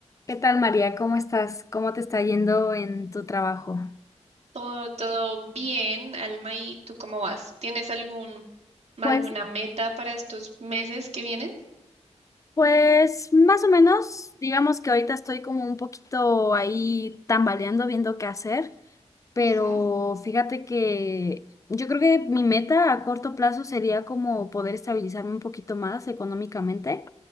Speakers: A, on the left; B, on the right.
A: ¿Qué tal, María? ¿Cómo estás? ¿Cómo te está yendo en tu trabajo?
B: Todo, todo bien, Alma, ¿y tú cómo vas? ¿Tienes algún, alguna
A: Pues,
B: meta para estos meses que vienen?
A: pues más o menos, digamos que ahorita estoy como un poquito ahí tambaleando, viendo qué hacer, pero
B: Ujú,
A: fíjate que yo creo que mi meta a corto plazo sería como poder estabilizarme un poquito más económicamente,